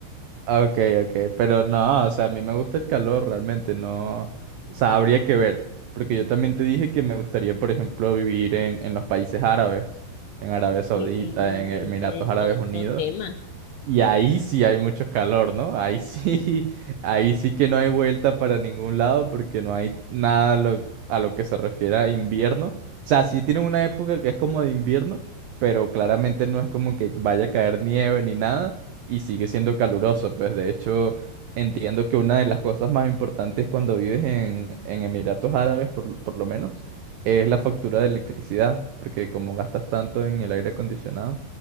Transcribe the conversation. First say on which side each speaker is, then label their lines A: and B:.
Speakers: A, on the right; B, on the left.
A: Ah, Ok, ok, pero no, o sea, a mí me gusta el calor realmente, no, o sea, habría que ver, porque yo también te dije que me gustaría, por ejemplo, vivir en, en los países árabes, en Arabia Saudita,
B: Sí, No,
A: en Emiratos
B: y este es
A: Árabes
B: otro
A: Unidos,
B: tema.
A: Y ahí sí hay mucho calor, ¿no? Ahí sí, <laughs> ahí sí que no hay vuelta para ningún lado porque no hay nada a lo, a lo que se refiere a invierno. O sea, sí tienen una época que es como de invierno, pero claramente no es como que vaya a caer nieve ni nada y sigue siendo caluroso. Pues de hecho, entiendo que una de las cosas más importantes cuando vives en, en Emiratos Árabes, por, por lo menos, es la factura de electricidad, porque como gastas tanto en el aire acondicionado.